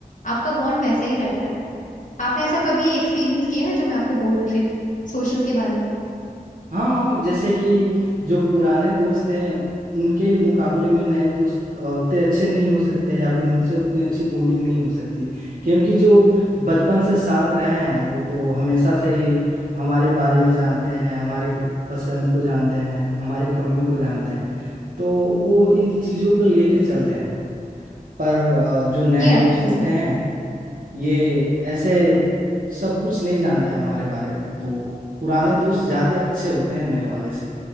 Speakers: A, on the left; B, on the right.
A: आपका बॉन्ड वैसे ही रहता है आपने ऐसा कभी एक्सपीरियंस किया है जो मैं आपको बोल रही हूँ सोशल के बारे में
B: हाँ हाँ, जैसे कि जो पुराने दोस्त हैं उनके मुकाबले में नए दोस्त अ, उतने अच्छे नहीं हो सकते या फिर उनसे उतनी अच्छी बॉन्डिंग नहीं हो सकती क्योंकि जो बचपन से साथ रहे हैं वो तो हमेशा से ही हमारे बारे में जानते हैं हमारे पसंद को जानते हैं हमारे कमियों को जानते हैं तो वो इन चीज़ों को लेके चलते हैं पर अ, जो नए
A: ये
B: दोस्त
A: है
B: होते हैं ये ऐसे सब कुछ नहीं जानते हमारे बारे में तो पुराने दोस्त ज्यादा अच्छे होते हैं नए वाले से